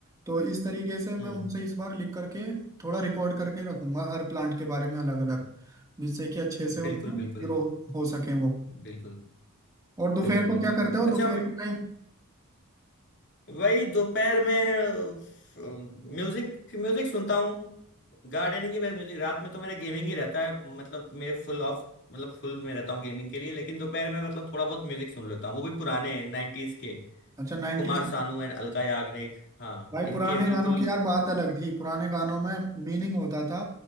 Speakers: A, on the right; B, on the left.
A: तो इस तरीके से मैं
B: हम्म
A: उनसे इस बार लिख करके थोड़ा रिकॉर्ड करके रखूंगा हर प्लांट के बारे में अलग अलग
B: हम्म,
A: जिससे कि अच्छे से उनको
B: बिल्कुल बिल्कुल
A: ग्रो हो सके वो
B: बिल्कुल
A: और दोपहर
B: बिल्कुल
A: को
B: बिल्कुल
A: क्या करते हो
B: अच्छा
A: दोपहर के टाइम
B: वही दोपहर में म्यूजिक म्यूजिक सुनता हूँ गार्डनिंग के बाद म्यूजिक रात में तो मेरा गेमिंग ही रहता है मतलब मेरे फुल ऑफ मतलब फुल में रहता हूँ गेमिंग के लिए लेकिन दोपहर में मतलब थोड़ा बहुत म्यूजिक सुन लेता हूँ वो भी पुराने नाइन्टीज के
A: अच्छा नाइन्टीज
B: कुमार सानू एंड अलका याग्निक हाँ
A: भाई पुराने
B: इनके बिल्कुल
A: गानों की यार बात अलग थी पुराने गानों में मीनिंग होता था